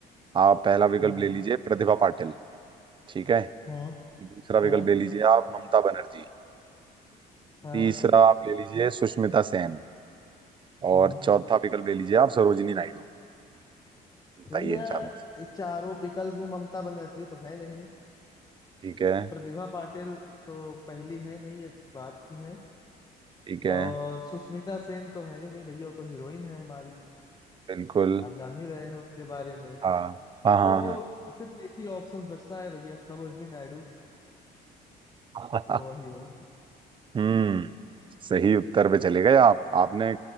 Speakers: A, on the right; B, on the left.
A: आप पहला विकल्प
B: हाँ
A: ले लीजिए प्रतिभा पाटिल ठीक है
B: हाँ
A: दूसरा विकल्प
B: हाँ
A: ले लीजिए आप ममता बनर्जी
B: हाँ
A: तीसरा आप ले लीजिए सुष्मिता सेन और
B: हाँ।
A: चौथा विकल्प ले लीजिए आप सरोजिनी नायडू बताइए
B: भैया
A: इन चार में से।
B: ये चारों विकल्प में ममता बनर्जी तो है नहीं
A: ठीक है
B: प्रतिभा पाटिल तो पहली है नहीं ये बात की है
A: ठीक है
B: और सुष्मिता सेन तो है ही नहीं भैया वो तो हीरोइन है हमारी
A: बिल्कुल
B: आप जान ही रहे हैं उनके बारे में
A: हाँ हाँ हाँ
B: तो सिर्फ एक ही ऑप्शन बचता है भैया सरोजनी नायडू
A: हाँ
B: तो
A: <laughs>
B: वही हो
A: हम्म सही उत्तर पे चले गए आप आपने